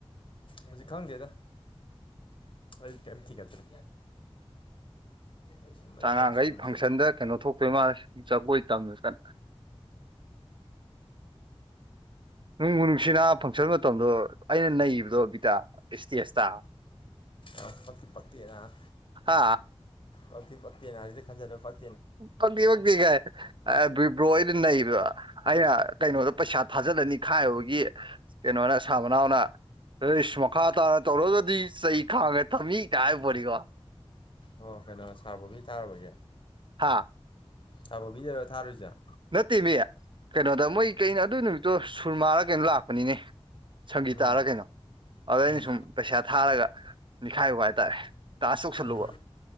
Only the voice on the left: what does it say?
ꯍꯧꯖꯤꯛ ꯈꯪꯗꯦꯗ ꯑꯩ ꯀꯩꯝ ꯊꯨꯒꯠꯇ꯭ꯔꯦ ꯑꯩ ꯁꯨꯝ ꯑꯩ
ꯌꯥꯝ ꯁꯥꯎꯅꯤꯡꯉ
ꯑꯁ ꯄꯛꯇꯤ ꯄꯛꯇꯦ ꯅꯥꯕ
ꯄꯛꯇꯤ ꯄꯛꯇꯦ ꯅꯥ ꯁꯤꯗ ꯈꯟꯖꯜꯂ ꯄꯛ
ꯑꯣ ꯀꯩꯅꯣ ꯁꯥꯔ ꯕꯣꯕꯤ ꯇꯥꯔꯨꯕꯒꯤ
ꯁꯥꯥꯔ ꯕꫭꯕꯤꯗꯔ ꯊꯥꯔꯨꯏꯁꯦ
ꯎꯝ
ꯎꯝ
ꯎꯝ